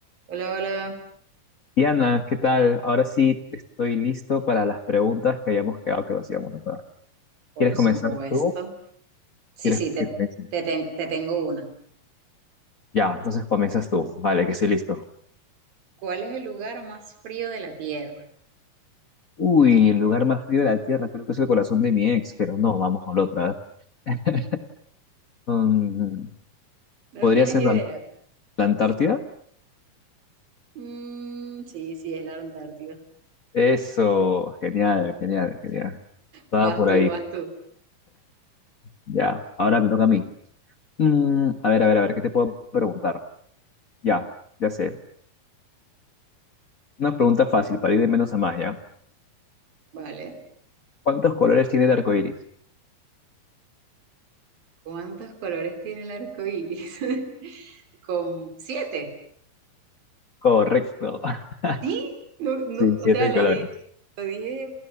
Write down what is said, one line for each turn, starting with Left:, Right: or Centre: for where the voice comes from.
Right: Hola, hola,
Left: Diana, ¿qué tal? Ahora sí estoy listo para las preguntas que habíamos quedado que nos íbamos a hacer.
Right: por
Left: ¿Quieres comenzar
Right: supuesto.
Left: tú?
Right: Sí,
Left: ¿Quieres
Right: sí, te,
Left: que comience?
Right: te, ten- te tengo una.
Left: Ya, entonces comienzas tú. Vale, que estoy listo.
Right: ¿Cuál es el lugar más frío de la Tierra?
Left: Uy, el lugar más frío de la Tierra creo que es el corazón de mi ex, pero no, vamos con la otra. <laughs> Mm,
Right: ¿No
Left: ¿podría
Right: tienes
Left: ser
Right: idea?
Left: la, la Antártida?
Right: Mm, sí, sí, es la Antártida.
Left: Eso, genial, genial, genial. Estaba
Right: Vas
Left: por
Right: tú,
Left: ahí.
Right: vas tú.
Left: Ya, ahora me toca a mí. Mm, a ver, a ver, a ver, ¿qué te puedo preguntar? Ya, ya sé. Una pregunta fácil para ir de menos a más, ¿ya?
Right: Vale.
Left: ¿Cuántos colores tiene el arco iris?
Right: ¿Cuántos colores tiene el arco iris? <laughs> Con siete.
Left: Correcto. <laughs>
Right: Sí, no, no,
Left: Sí, siete
Right: o sea, lo
Left: colores.
Right: di, lo dije,